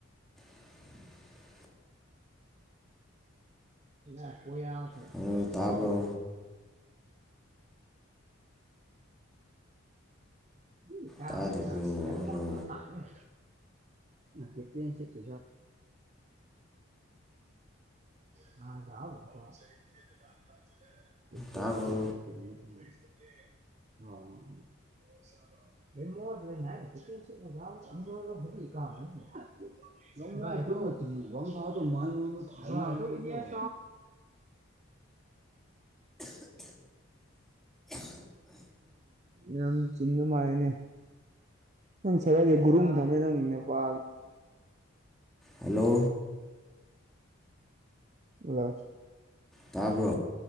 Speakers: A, in the centre; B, on the right.
A: <inaudible>
B: ꯑ ꯀꯣꯏ ꯌꯥ ꯀꯇ
A: ꯍꯜꯂꯣ
B: <unintelligible>
A: ꯇꯥꯕ꯭ꯔꯣ
B: ꯎ ꯇꯃꯦꯣ
A: ꯇꯥꯗꯕ꯭ꯔꯣ ꯍꯜꯂꯣ
B: ꯇꯥꯏꯃꯦ ꯑ ꯀꯠꯇ ꯁꯤꯦꯠꯇꯁ ꯑꯥ ꯥꯎꯕ ꯂꯄꯣ
A: ꯇꯥꯕ꯭ꯔꯣ
B: ꯀꯔ ꯎꯝ ꯃ ꯑꯗ ꯀ ꯁꯗ ꯃꯥꯥꯡ ꯊ <inaudible> ꯎꯝ ꯌꯥꯝ ꯆꯤꯟꯗꯨ ꯃꯥꯥꯏꯅꯦ ꯅꯪ ꯁꯒ ꯒꯨꯔꯨ ꯊꯃꯦꯄꯥ
A: ꯍꯜꯂꯣ
B: ꯂ
A: ꯇꯥꯕꯣ